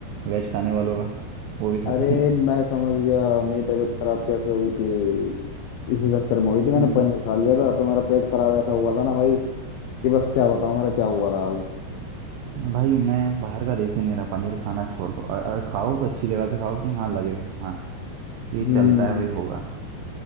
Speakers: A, on the right; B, on the left.
A: वेज खाने वालों का वो भी खत्म
B: अरे मैं समझ गया मेरी तबीयत खराब कैसे हुई थी इसी चक्कर में हुई थी मैंने
A: हम्म
B: पनीर खा लिया था तो मेरा पेट खराब ऐसा हुआ था ना भाई कि बस क्या बताऊं मेरा क्या हुआ था हाल
A: भाई मैं बाहर का देख ही नहीं रहा पनीर खाना छोड़ दो और, और खाओ तो अच्छी जगह से खाओ कि हाँ लगे हाँ ये
B: हम्म
A: चलता है भाई होगा